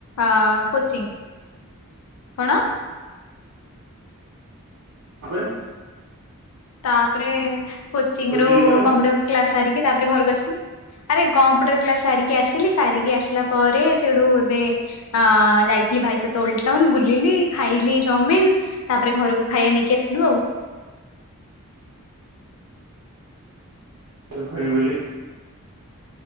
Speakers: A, on the left; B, on the right.
A: ଅ କୋଚିଙ୍ଗି କଣ।
B: ତାପରେ।
A: ତାପରେ କୋଚିଂଙ୍ଗି
B: କୋଚିଂ
A: ରୁ
B: ପରେ
A: କମ୍ପୁଟର କ୍ଲାସ ସାରିକି ତାପରେ ଘରୁକୁ ଆସିଲି। ଆରେ କମ୍ପୁଟର କ୍ଲାସ ସାରିକି ଆସିଲି ସାରିକି ଆସିଲା ପରେ ସେଇଠୁ ଏବେ। ଅ ଯାଇଥିଲି ଭାଇ ସହିତ ଓଲଟାଉନ ବୁଲିଲି ଖାଇଲି ଚାଉମିିନ। ତାପରେ ଘରକୁ ଖାଇବା ନେଇକି ଆସିଲୁ ଆଉ।
B: ଖାଇବ ବୋଲି।